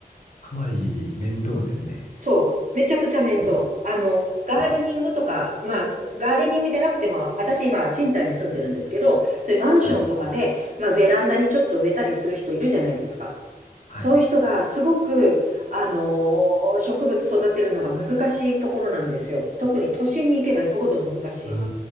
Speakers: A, on the left (about 50°); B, on the right (about 50°).
A: かなり面倒ですね。
B: そう。めちゃくちゃ面倒。
A: うん。
B: あの、ガーデニングとか、
A: うん。
B: まあ、ガーデニングじゃなくても、私今、賃貸に住んでるんですけど、そういうマンションとかで、
A: はい。
B: まあ、ベランダにちょっと植えたりする人いるじゃないですか。
A: はい。
B: そういう人がすごく、
A: なる
B: あのー植物育てるのが難しいところなんですよ。特に都心に行けば行くほど難しい。
A: ほど。うー